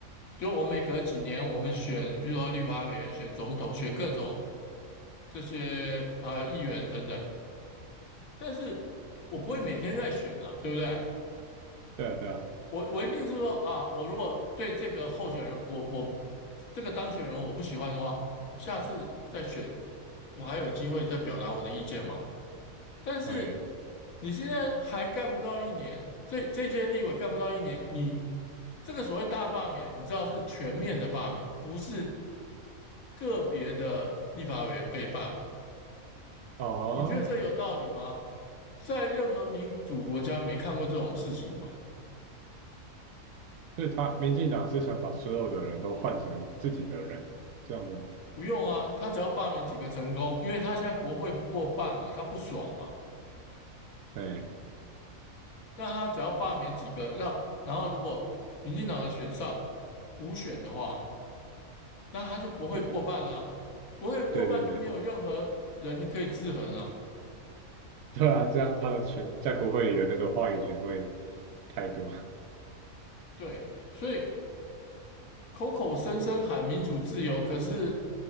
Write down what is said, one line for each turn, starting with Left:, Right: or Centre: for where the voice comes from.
Left: 就我们每隔几年我们选，比如说立法委员、选总统、选各种这些呃议员等等，但是我不会每天在选啊，对不对？
Right: 对啊对啊，
Left: 我我一定是说啊，我如果对这个候选人，我我这个当选人我不喜欢的话，我下次再选，我还有机会再表达我的意见嘛。但是
Right: 对
Left: 你现在还干不到一年，这这届立委干不到一年，你这个所谓大罢免，你知道是全面的罢免，不是个别的立法委员被罢免。
Right: 哦，
Left: 你觉得这有道理吗？在任何民主国家没看过这种事情吗？
Right: 所以他民进党是想把所有的人都换成自己的人，这样子吗？
Left: 不用啊，他只要罢免几个成功，因为他现在国会不过半嘛，他不爽嘛，
Right: 对，
Left: 那他只要罢免几个，让然后如果民进党的选上补选的话，那他就国会过半啦、
Right: 就
Left: 啊国会过半就没有任何人可以制衡了、
Right: 对对对。
Left: 啊
Right: <laughs> 对啊，这样他的权在国会里的那个话语权会太多。
Left: 对，所以口口声声喊民主自由，可是